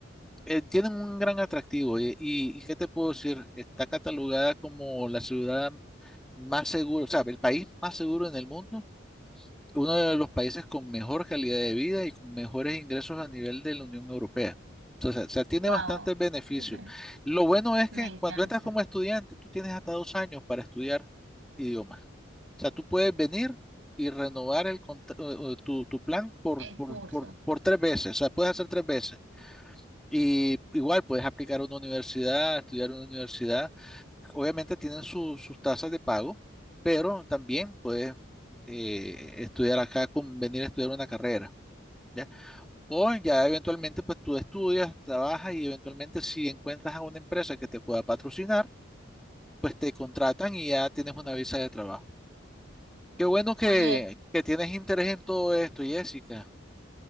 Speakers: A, in the centre; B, on the right (about 75°).
A: eh, tienen un gran atractivo. Y, y, y qué te puedo decir? Está catalogada como la ciudad más segura, o sea, el país más seguro en el mundo, uno de los países con mejor calidad de vida y con mejores ingresos a nivel de la Unión Europea. Entonces, o sea, tiene
B: Wow,
A: bastantes beneficios.
B: <laughs>
A: Lo bueno es que
B: me encanta
A: cuando entras como estudiante, tú tienes hasta dos años para estudiar idiomas. O sea, tú puedes venir y renovar el contra- o- o tu, tu plan por,
B: el
A: por,
B: curso.
A: por, por tres veces. O sea, puedes hacer tres veces. Y igual puedes aplicar a una universidad, estudiar en una universidad. Obviamente tienen su- sus tasas de pago, pero también puedes eh, estudiar acá, con, venir a estudiar una carrera. ¿Ya? O ya eventualmente, pues tú estudias, trabajas y eventualmente si encuentras a una empresa que te pueda patrocinar, pues te contratan y ya tienes una visa de trabajo. Qué bueno que,
B: Oye,
A: que tienes interés en todo esto, Jessica.